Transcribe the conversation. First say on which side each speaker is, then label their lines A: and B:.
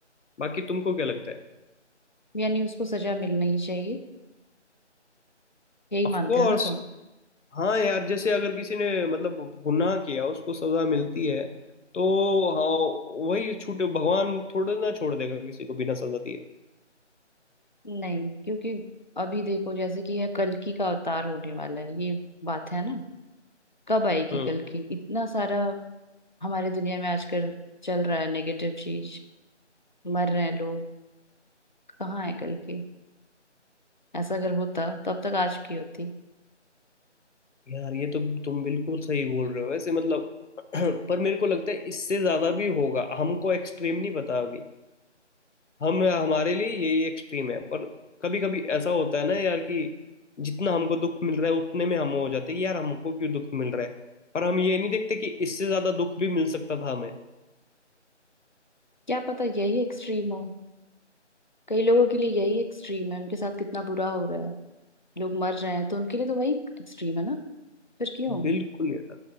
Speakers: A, on the left (about 75°); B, on the left (about 40°).
A: बाकी तुमको क्या लगता है
B: यानी उसको सजा मिलना ही चाहिए यही
A: Of
B: मानते
A: course
B: हो ना तुम
A: हाँ यार जैसे अगर किसी ने मतलब गुनाह किया उसको सजा मिलती है तो हाँ वही छूट भगवान थोड़े ना छोड़ देगा किसी को बिना सजा दिए
B: नहीं क्योंकि अभी देखो जैसे कि यह कल्कि का अवतार होने वाला है ये बात है ना कब आएगी
A: हम्म
B: कल्कि इतना सारा हमारे दुनिया में आजकल चल रहा है नेगेटिव चीज मर रहे हैं लोग कहाँ है कल्कि ऐसा अगर होता तो अब तक आज की होती
A: यार ये तो तुम बिल्कुल सही बोल रहे हो वैसे मतलब <clears throat> पर मेरे को लगता है इससे ज्यादा भी होगा हमको एक्सट्रीम नहीं पता अभी हम हमारे लिए यही एक्सट्रीम है पर कभी कभी ऐसा होता है ना यार कि जितना हमको दुख मिल रहा है उतने में हम हो जाते हैं कि यार हमको क्यों दुख मिल रहा है पर हम ये नहीं देखते कि इससे ज्यादा दुख भी मिल सकता था हमें
B: क्या पता यही एक्सट्रीम हो कई लोगों के लिए यही एक्सट्रीम है उनके साथ कितना बुरा हो रहा है लोग मर रहे हैं तो उनके लिए तो वही एक्सट्रीम है ना फिर क्यों
A: बिल्कुल यार